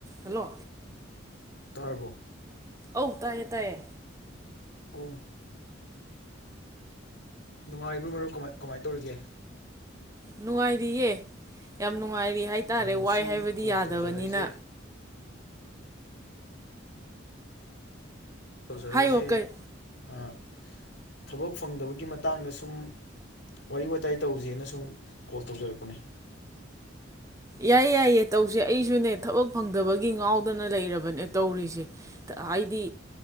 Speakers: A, on the right (about 15°); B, on the left (about 60°).
A: ꯍꯜꯂꯣ
B: ꯇꯔꯔꯕꯣ
A: ꯑ ꯇꯌꯦ ꯇꯥꯏꯌꯦ
B: ꯑꯣ ꯅꯨꯡꯉꯥꯏꯔꯤꯕꯩ ꯃꯔꯨ ꯀꯃ ꯀꯃꯥꯏ ꯇꯧꯔꯤꯒꯦ
A: ꯅꯨꯡꯉꯥꯏꯔꯤꯌꯦꯦ ꯌꯥꯝ ꯅꯨꯡꯉ ꯅꯨꯡꯉꯥꯏꯔꯤ ꯍꯥꯏꯇꯥꯔꯦ
B: ꯑꯣ ꯉꯁꯤ
A: ꯋꯥꯏ ꯍꯥꯏꯕꯗꯤ
B: ꯀꯣꯜ
A: ꯌꯥꯗꯕꯅꯤꯅ
B: ꯇꯧꯖꯔꯛꯏꯁꯦ ꯇꯧꯖꯔꯛꯏꯁꯦ
A: ꯍꯥꯏꯌꯣ ꯀꯩ
B: ꯑꯥ ꯊꯕꯛ ꯐꯪꯗꯕꯒꯤ ꯃꯇꯥꯡꯗ ꯁꯨꯝ ꯋꯥꯔꯤ ꯋꯥꯋꯇꯥꯏ ꯇꯧꯖꯦꯅ ꯁꯨꯝ ꯀꯣꯜ ꯇꯧꯖꯔꯛꯄꯅꯦ
A: ꯌꯥꯏ ꯌꯥꯏꯌꯦ ꯇꯧꯁꯦ ꯑꯩꯁꯨꯅꯦ ꯊꯕꯛ ꯐꯪꯗꯕꯒꯤ ꯉꯥꯎꯗꯅ ꯂꯩꯔꯕꯅꯦ ꯇꯧꯔꯤꯁꯦ ꯍꯥꯏꯗꯤ